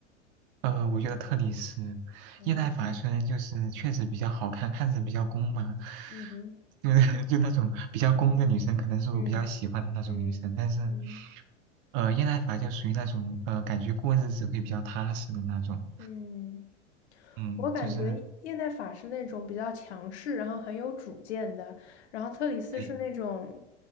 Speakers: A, on the right; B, on the left.
A: 呃，我觉得特里斯叶奈法虽然就是确实比较好看，
B: 哦，
A: 看着比较攻吧，
B: 嗯哼，
A: 就是 <laughs> 就那种比较攻的女生，可能是我比较喜欢的那种女生。
B: 嗯嗯嗯
A: 但是，呃，叶奈法就属于那种呃，感觉过日子会比较踏实的那种，
B: 嗯。
A: 嗯，
B: 我感觉叶奈法是那种比较强势，
A: 就是
B: 然后很有主见的，然后特里斯是那种
A: 对，